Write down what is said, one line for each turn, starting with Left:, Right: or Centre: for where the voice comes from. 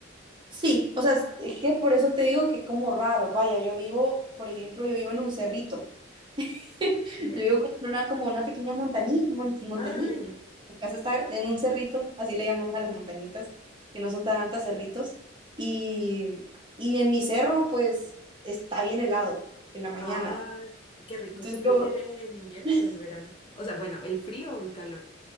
Right: Sí, o sea, es es que por eso te digo que es como raro. Vaya, yo vivo, por ejemplo, yo vivo en un cerrito. <laughs>
Left: Ya.
Right: Yo vivo como en una, como una pequeña montañita, montañita.
Left: Ah, ya.
Right: Mi casa está en un cerrito, así le llamamos a las montañitas, que no son tan altas cerritos. Y, y en mi cerro, pues, está bien helado en la mañana.
Left: Ah, qué rico.
Right: Entonces
Left: ¿Tú prefieres
Right: yo,
Left: el invierno
Right: <laughs>
Left: o el verano? O sea, bueno, ¿el frío o el calor?